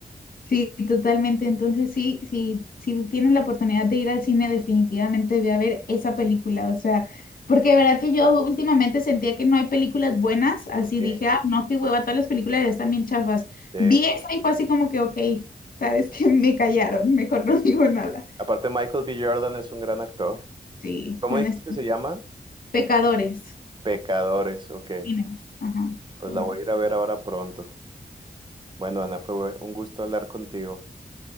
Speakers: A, on the left (about 65°); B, on the right (about 30°).
A: Sí, totalmente. Entonces, sí, sí, si tienes la oportunidad de ir al cine, definitivamente ve a ver esa película. O sea, porque de verdad que yo últimamente sentía que no hay películas buenas, así
B: Eh,
A: dije, ah, no, qué hueva, todas las películas ya están bien chafas.
B: eh,
A: Vi esa y fue así como que, ok, sabes que me callaron, mejor no <laughs> digo nada.
B: aparte Michael B. Jordan es un gran actor.
A: Sí,
B: ¿Cómo
A: honestamente.
B: dices que se llama?
A: Pecadores,
B: Pecadores, ok.
A: cines, ajá, está
B: Pues la
A: muy
B: voy
A: bueno.
B: a ir a ver ahora pronto. Bueno, Ana, fue un gusto hablar contigo.